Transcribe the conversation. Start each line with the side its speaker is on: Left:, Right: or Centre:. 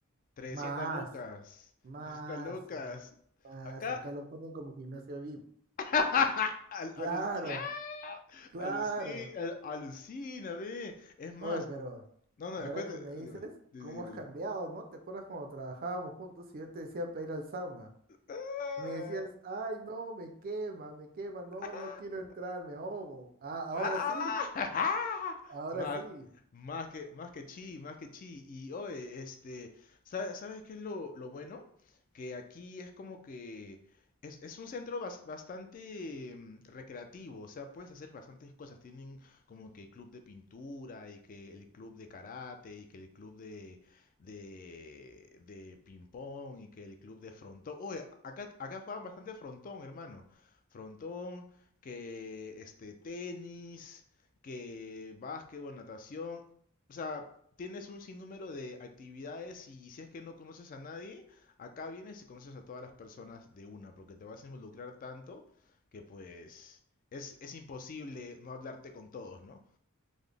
Left: trescientas
Right: Más,
Left: lucas.
Right: más,
Left: trescientas lucas.
Right: más, más.
Left: Acá,
Right: Acá lo ponen como gimnasio VIP.
Left: <laughs> al-
Right: Claro,
Left: aluci- ¡Ah!
Right: claro.
Left: aluci- al- alucina, ve. Es más,
Right: Oye, pero
Left: No, no,
Right: ahora
Left: cuéntame.
Right: que me dices,
Left: Dime, dime,
Right: ¿cómo
Left: dime.
Right: has cambiado,
Left: dime.
Right: no? ¿Te acuerdas cuando trabajábamos juntos y yo te decía para ir al sauna?
Left: Ah,
Right: Me decías, ay, no, me quema, me quema, no,
Left: ah.
Right: no quiero entrar, me ahogo. Ah, ahora
Left: ¡Ah!
Right: sí,
Left: <laughs>
Right: ahora
Left: Más,
Right: sí.
Left: más que, más que chi, más que chi. Y oye, este, ¿sabe- ¿sabes qué es lo, lo bueno? Que aquí es como que es, es un centro bas- bastante mm, recreativo, o sea, puedes hacer bastantes cosas. Tienen como que club de pintura y que el club de karate y que el club de, de, de ping-pong y que el club de frontón. Oye, acá, acá juegan bastante frontón, hermano. Frontón que este, tenis, que básquetbol, natación. O sea, tienes un sinnúmero de actividades y si es que no conoces a nadie, acá vienes y conoces a todas las personas de una, porque te vas a involucrar tanto que pues es, es imposible no hablarte con todos, ¿no?